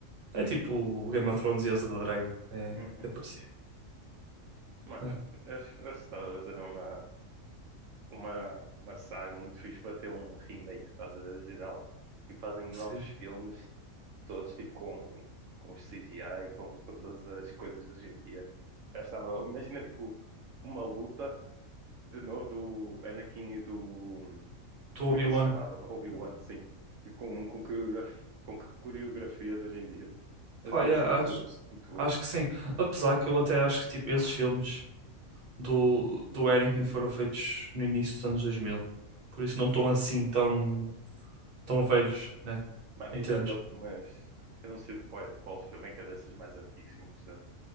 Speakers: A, on the right; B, on the right.
A: É tipo o Game of Thrones e House of the Dragon. É,
B: Uhum.
A: é parecido,
B: Mano,
A: né?
B: acho acho que Star Wars era uma, uma, uma saga muito fixe para ter um remake, estás a ver, geral. E fazem
A: Sim.
B: novos filmes todos, tipo com, com os CGI, com, com todas as coisas de hoje em dia. Já estava, imagina tipo uma luta de novo do Anakin e do.
A: Do
B: Como
A: Obi-Wan.
B: é que ele se chamava? Obi-Wan, sim. Tipo, com, com, coreografia, com que coreografia de hoje em dia.
A: Pá,
B: Acho que
A: é,
B: ia ser
A: acho,
B: muito, muito boa.
A: acho que sim. Apesar que eu até acho que tipo, esses filmes do, do Anakin foram feitos no início dos anos dois mil Por isso não estão assim tão tão velhos, né?
B: Mano,
A: Entendes?
B: eu já vi algumas. Eu não sei de qual, qual filme é que é dessas mais antigas, 100%,